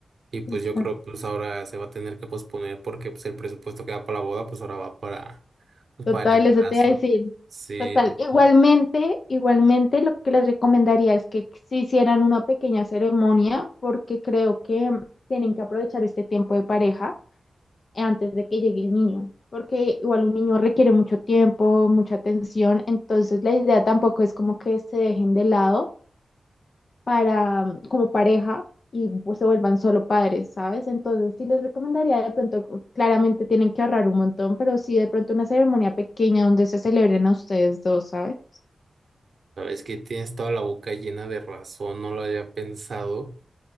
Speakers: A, on the right (about 65°); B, on the left (about 55°).
A: Y pues
B: sí,
A: yo
B: claro.
A: creo, pues ahora se va a tener que posponer porque pues el presupuesto que va para la boda, pues ahora va para, pues,
B: Total,
A: para el embarazo.
B: eso te iba a decir.
A: Sí,
B: Total. Igualmente,
A: sí,
B: igualmente lo que les recomendaría es que se hicieran una pequeña ceremonia porque creo que tienen que aprovechar este tiempo de pareja antes de que llegue el niño, porque igual un niño requiere mucho tiempo, mucha atención, entonces la idea tampoco es como que se dejen de lado para mm, como pareja y pues, se vuelvan solo padres, ¿sabes? Entonces sí les recomendaría de pronto, claramente tienen que ahorrar un montón, pero sí de pronto una ceremonia pequeña donde se celebren a ustedes dos, ¿sabes?
A: Sabes que tienes toda la boca llena de razón, no lo había pensado.